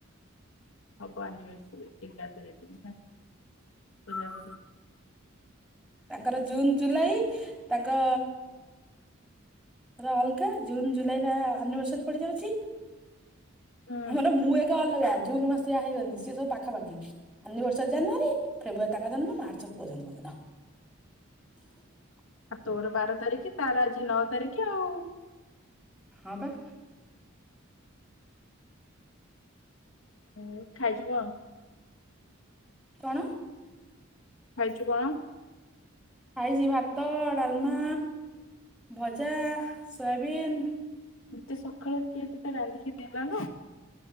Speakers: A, on the left; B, in the centre.
A: <unintelligible>
B: ତାଙ୍କର ଜୁନ ଜୁଲାଇ ତାଙ୍କ ର ଅଲଗା ଜୁନ ଜୁଲାଇ ର ଆନିଭରସରି ପଡିଯାଉଛି।
A: ଆଉ
B: ଆମର ମୁଁ ଏକା ଅଲଗା ଜୁନ୍ ମାସରେ ବାହାହେଇଗନି। ସିଏ ସବୁ ପାଖାପାଖି। ଆନିଭର୍ଶରି ଜାନୁଆରୀ ଫେବୃଆରି ତାଙ୍କ ଜନ୍ମ ମାର୍ଚ୍ଚ ପୁଅ ଜନ୍ମ। <unintelligible>
A: ଆଉ ତୋର ବାର ତାରିଖ ତାର ଆଜି ନଅ ତାରିଖ ଆଉ।
B: ହଁ ପା।
A: ହ ଖାଇଯିବ ଆଉ।
B: କଣ?
A: ଖାଇଛୁ କଣ?
B: ଖାଇଛି ଭାତ ଡାଲମା ଭଜା ସୋୟାବିିନ।
A: ଏତେ ସକାଳୁ କିଏ ତୋତେ ରାନ୍ଧିକି ଦେଲାନା?